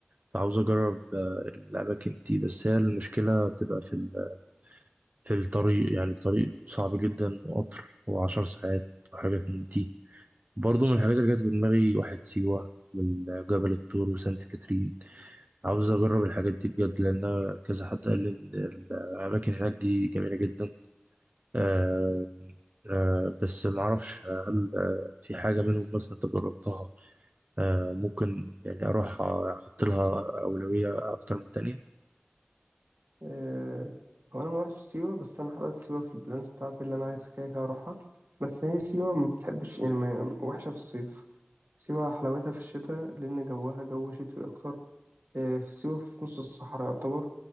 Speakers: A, on the right; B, on the right.
A: فعاوز أجرب آه، الأماكن دي بس هي المشكلة بتبقى في ال- في الطريق يعني الطريق صعب جدا وقطر وعشر ساعات وحاجات من دي برضه من الحاجات اللي جت في دماغي واحد سيوة من جبل الطور وسانت كاترين عاوز أجرب الحاجات دي بجد لأن كذا حد قال لي إن الأماكن هناك دي جميلة جدا آه آه بس معرفش هل آه في حاجة منهم مثلا أنت جربتها آه ممكن يعني أروح أحط لها أولوية أكتر من التانية
B: آه، هو انا ما رحتش سيوه بس انا حاطط سيوه في البلانز بتاعتي اللي انا عايز كده كده اروحها بس هي سيوه ما بتحبش يعني ما وحشه في الصيف سيوه حلاوتها في الشتاء لان جوها جو شتوي اكتر آه، في سيوه في نص الصحراء يعتبر